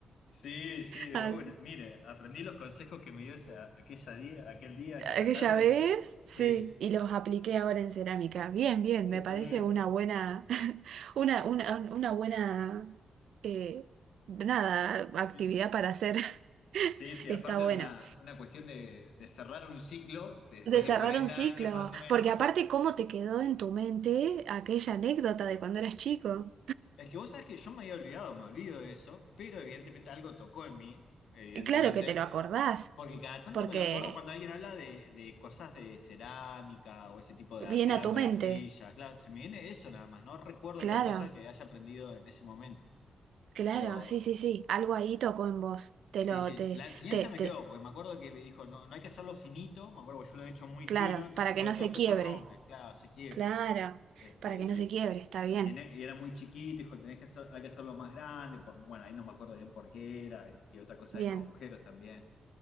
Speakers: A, on the left; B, on the right.
A: Sí, sí, de
B: Así,
A: una. Mire, aprendí los consejos que me dio esa, aquella día, aquel día, aquella
B: aquella
A: tarde.
B: vez,
A: Sí,
B: sí, y los apliqué ahora en cerámica. Bien, bien,
A: totalmente.
B: me parece una buena, <laughs> una, una, una buena, eh, nada,
A: Sí,
B: actividad para hacer. <laughs>
A: sí, sí,
B: Está
A: aparte
B: buena.
A: de una, una cuestión de, de cerrar un ciclo de después
B: De
A: de
B: cerrar
A: 40
B: un ciclo,
A: años más o menos.
B: porque aparte, ¿cómo te quedó en tu mente aquella anécdota de cuando eras chico?
A: Es que vos sabés que yo me había olvidado, me olvido de eso, pero evidentemente algo tocó en mí, evidentemente.
B: Claro que te lo acordás,
A: Porque cada tanto
B: porque
A: me lo acuerdo cuando alguien habla de, de cosas de cerámica o ese tipo de
B: viene
A: hacer
B: a
A: algo
B: tu
A: con
B: mente.
A: arcilla. Claro, se me viene eso nada más. No recuerdo
B: Claro,
A: otra cosa que haya aprendido en ese momento.
B: claro,
A: Pero
B: sí, sí, sí, algo ahí tocó en vos. Te
A: sí,
B: lo,
A: sí,
B: te,
A: la enseñanza
B: te, te,
A: me quedó, porque me acuerdo que me dijo, no, no hay que hacerlo finito. Me acuerdo que yo lo he hecho muy
B: claro,
A: fino, entonces
B: para
A: dijo,
B: que no
A: esto
B: se
A: después
B: quiebre.
A: se rompe, claro, se quiebra.
B: Claro,
A: Este,
B: para que
A: y,
B: no se quiebre, está bien,
A: y, tené- y era muy chiquito, dijo, tenés que hacer- hay que hacerlo más grande. Por, bueno, ahí no me acuerdo bien por qué era. Y, y otra cosa
B: bien.
A: de los agujeros también.